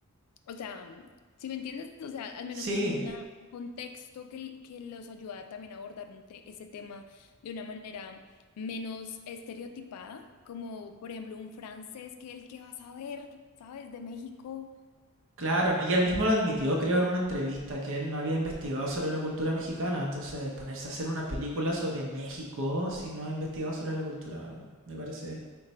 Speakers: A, on the left; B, on the right.
A: o sea, si me entiendes? O sea, al menos
B: Sí,
A: tienen una- un contexto que, que los ayuda también a abordar un te- ese tema de una manera menos estereotipada, como por ejemplo un francés que el que va a saber, ¿sabes? De México.
B: Claro, ¿no? y él mismo lo admitió, creo, en una entrevista, que él no había investigado sobre la cultura mexicana. Entonces, ponerse a hacer una película sobre México si no ha investigado sobre la cultura me parece